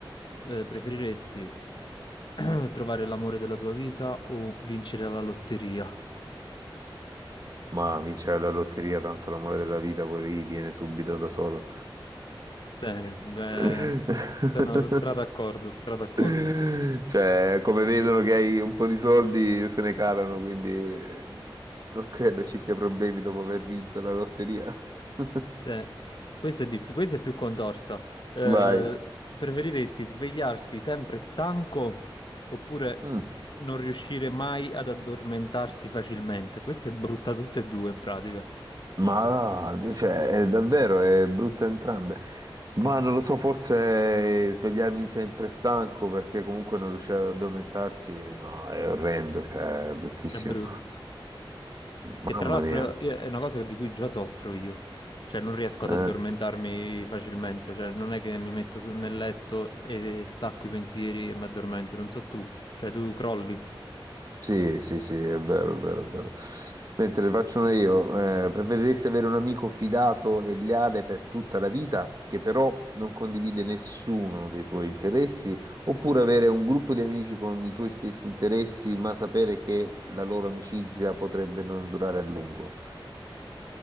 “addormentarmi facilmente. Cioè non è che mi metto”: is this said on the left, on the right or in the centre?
Left